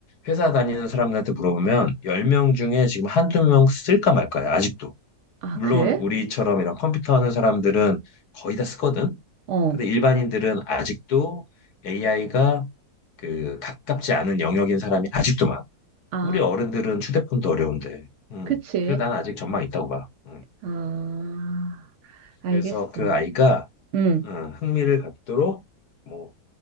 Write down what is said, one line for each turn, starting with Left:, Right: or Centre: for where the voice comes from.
Left: 회사 다니는 사람들한테 물어보면 10명 중에 지금 한두 명 쓸까 말까야, 아직도.
Right: 아,
Left: 물론
Right: 그래?
Left: 우리처럼 이런 컴퓨터 하는 사람들은 거의 다 쓰거든.
Right: 어,
Left: 근데 일반인들은 아직도 AI가 그 가깝지 않은 영역인 사람이 아직도 많아.
Right: 아,
Left: 우리 어른들은 휴대폰도 어려운데. 음.
Right: 그치.
Left: 그래서 난 아직 전망 있다고 봐. 음.
Right: 아, 알겠어.
Left: 그래서 그 아이가
Right: 응,
Left: 음, 흥미를 갖도록 뭐